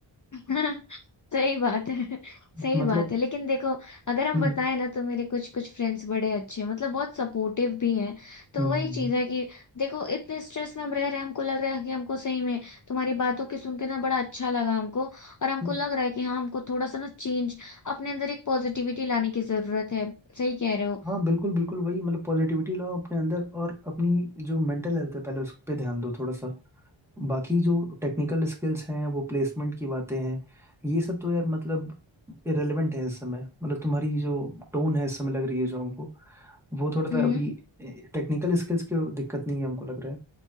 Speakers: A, on the left; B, in the centre.
A: <laughs> सही बात है सही
B: मतलब
A: बात है लेकिन देखो अगर हम
B: हम्म
A: बताएं ना तो मेरे कुछ कुछ फ्रेंड्स बड़े अच्छे हैं मतलब बहुत सपोर्टिव भी हैं तो
B: हम्म हम्म,
A: वही चीज़
B: हम्म।
A: है कि देखो इतने स्ट्रेस में हम रह रहे हैं हमको लग रहा है कि हमको सही में तुम्हारी बातों की सुन के ना बड़ा अच्छा लगा हमको और हमको
B: हम्म।
A: लग रहा है कि हाँ हमको थोड़ा सा ना चेंज अपने अंदर एक पॉजिटिविटी लाने की जरूरत है सही कह रहे हो
B: हाँ बिल्कुल बिल्कुल वही मतलब पॉजिटिविटी लाओ अपने अंदर और अपनी जो मेंटल हेल्थ है पहले उस पे ध्यान दो थोड़ा सा बाकी जो टेक्निकल स्किल्स हैं वो प्लेसमेंट की बातें हैं ये सब तो यार मतलब इरेलीवेंट है इस समय मतलब तुम्हारी जो टोन है इस समय लग रही है जो हमको वो थोड़ा सा
A: हम्म
B: अभी टेक्निकल स्किल्स की दिक्कत नहीं है हमको लग रहा है